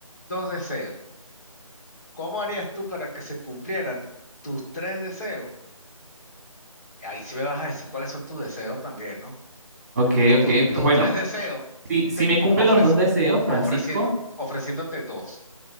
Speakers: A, on the left (about 30°); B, on the right (about 30°).
A: dos deseos. ¿Cómo harías tú para que se cumplieran tus tres deseos? Ahí sí me vas a decir cuáles son tus deseos también, ¿no?
B: Ok, ok,
A: Tus,
B: pues
A: tus
B: bueno,
A: tres deseos,
B: si, si
A: te
B: me cumple
A: ofrece-
B: los dos deseos, Francisco,
A: ofreciendo, ofreciéndote dos.